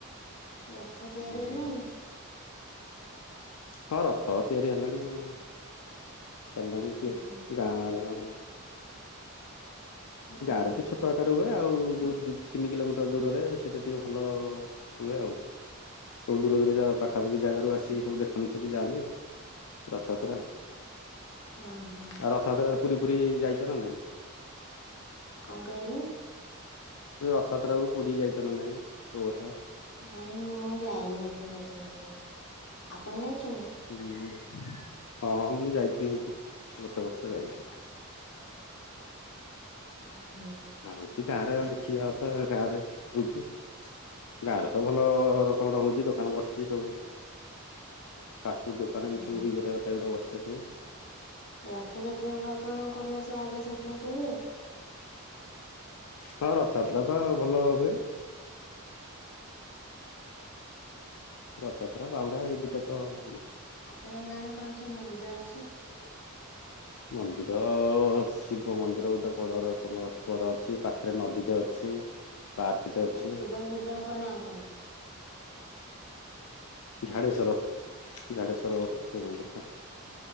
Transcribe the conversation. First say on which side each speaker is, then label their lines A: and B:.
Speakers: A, on the left (about 50°); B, on the left (about 75°).
A: ରଥ ତିଆରି
B: ହଁ
A: ହେଲାଣି?
B: ହଁ, ରଥ ତିଆରି ହେଲାଣି। ଆଉ ଚାଲିଲାଣି
A: ହୁଁ
B: ତିଆରି
A: ହୁଁ
B: ଗାଁରେ ଆମ।
A: ହୁଁ
B: ଗାଁରେ
A: ହୁଁ
B: ବି ଛୋଟ ଆକାର ହୁଏ। ଆଉ ଯଉ ଦି ତିନି କିଲୋମିଟର ଦୂରରେ, ସେଇଟା ଟିକେ ଭଲ ହୁଏ ଆଉ। ସବୁ ଦୂର ଦୂର ଯା ପାଖାପାଖି ଜାଗାରୁ ଆସି ସବୁ ଦେଖନ୍ତି, ସେଠି ଯାଆନ୍ତି ରଥଯାତ୍ରା।
A: ହଁ ହଁ।
B: ଆଉ ରଥଯାତ୍ରାରେ ପୁରୀ ଫୁରୀ ଯାଇଛ ନା ନାଇଁ?
A: କଣ କହିଲେ?
B: ରଥଯାତ୍ରା କୁ ପୁରୀ ଯାଇଛ ନା ନାଇଁ କୋଉ ବର୍ଷ?
A: ନାଇଁ ମୁଁ ଯାଇନି ରଥଯାତ୍ରା। ଆପଣ ଯାଇଛନ୍ତି?
B: ହୁଁ ହଁ ମୁଁ ଯାଇଥିନି, ଗୋଟ ଟେ ବର୍ଷ ଯାଇଛି।
A: ହୁଁ।
B: ଆଉ ଏଠି ଗାଁରେ ଦେଖିକା କଥା ଗାଁରେ ହଉଚି। ଗାଁରେ ତ ଭଲ ରକମର ରହୁଛି। ଦୋକାନ ବସୁଛି ସବୁ। ଫାଷ୍ଟଫୁଡ଼ ଦୋକାନ
A: ହଁ
B: ଏମ୍ ସବୁ ଇଏ ଟାଇପ୍ ର ବସେ ସବୁ।
A: ରଥଯାତ୍ରା କୁ ଆପଣଙ୍କର ସେ ଆଡେ ସେମିତି ହୁଏ।
B: ହଁ, ରଥଆତ୍ରା ତ ଭଲ ହୁଏ। ରଥ ପ୍ରା ବାହୁଡା ଏଇ ଦିଇଟା ତଁ ଅ
A: ତେଣଙ୍ଗାନ କଣ ସ ମନ୍ଦିର ଅଛି?
B: ହ
A: ହ
B: ମନ୍ଦିର-ଅ-ଅ ଶିବ ମନ୍ଦିର ଗୋଟେ ବଡ଼ ରକମ ବଡ଼ ଅଛି। ପାଖରେ ନଦୀଟେ ଅଛି। ପାର୍କଟେ ଅଛି।
A: ଶିବ ମନ୍ଦିରଙ୍କ ନାଁ କଣ?
B: ଝାଡ଼େଶ୍ୱର ଝାଡ଼େଶ୍ୱର ଅଛି ମନ୍ଦିରଟା।